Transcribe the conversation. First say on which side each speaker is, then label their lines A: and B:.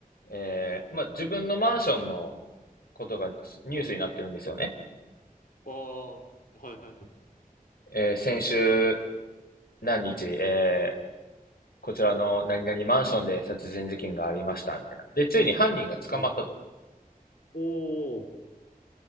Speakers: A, on the left; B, on the left.
A: えーまあ、自分のマンションのことがニュースになってるんですよね。
B: ああ、はい。はい。はい。
A: えー先週何日、えーこちらの何々マンションで殺人事件がありました、みたいな。で、ついに犯人が捕まったと。
B: はい。おお、